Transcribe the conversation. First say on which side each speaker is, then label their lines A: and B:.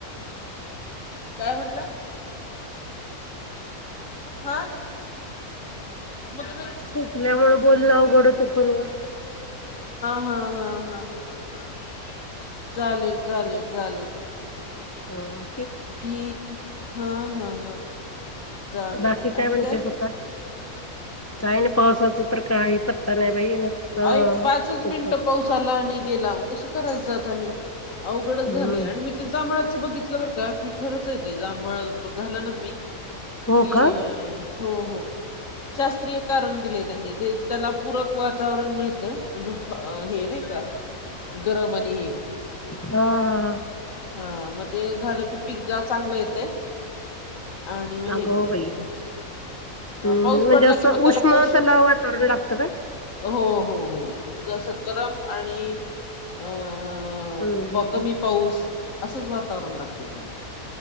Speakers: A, on the left (about 60°); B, on the left (about 15°).
A: काय म्हंटला? ह? मग तुम्ही
B: खोकल्या मुळ बोलणं अवघड होतय फोन वर.
A: हा हा हा हा हा हा चालेल चालेल चालेल.
B: हा
A: ठीक हा हा हा चालेल.
B: बाकी
A: आणि
B: म्हणतेस
A: काय?
B: आता काही नाही, पावसाचं तर काही पत्ता नाही बाई नुसतं
A: आई पाचच
B: उकड
A: मिनिटं पाऊस आला आणि गेला मग कसं करायच आता हे? अवघडच
B: हम्म
A: झालंय. आणि मी ती जांभळाच बघितलं बर का की खरंच आहे ते. जांभळ झालं ना पीक
B: हो
A: कि
B: का
A: हो हो शास्त्रीय कारण दिलेय, त्यांनी ते त्याला पूरक वातावरण मिळत म्हणजे हे नाही का गरम आणि हे
B: हा हा हा.
A: हा मग ते झालं की पीक ज चांगलं येतय, आणि मग
B: अगो
A: हे करतय
B: बाई
A: ते. अ
B: हम्म
A: पाऊस
B: म्हणजे
A: पडला
B: असं
A: कि, मग त्याला
B: उष्ण
A: पोश
B: त्याला वातावरण लागतं का
A: हो हो हो जसं गरम आणि अ अ
B: हम्म
A: प
B: हम्म
A: कमी
B: हम्म
A: पाऊस असंच वातावरण लागतय त्याला.